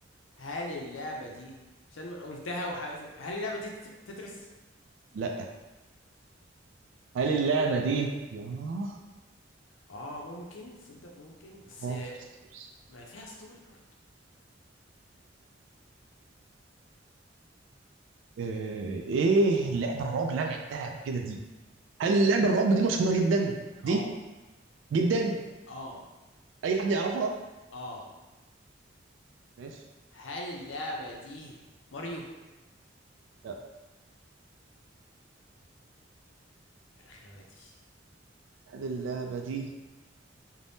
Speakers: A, on the left (about 80°); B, on the right (about 75°).
A: هل اللعبة دي عشان ما قلتها وح... هل اللعبة دي تتر- تترس
B: لا هل اللعبة دي ياه
A: اه ممكن صدق ممكن بس
B: رعب
A: آه،
B: فيرست بيرسون
A: ما فيها ستوري برضه
B: آه، ايه لعب الرعب اللي انا لعبتها قبل كده دي هل لعب الرعب دي مشهوره جدا دي
A: اه
B: جدا
A: اه
B: اي حد يعرفها
A: اه
B: ماشي
A: هل اللعبة دي ماريو
B: لا
A: الرخامة دي
B: هل اللعبه دي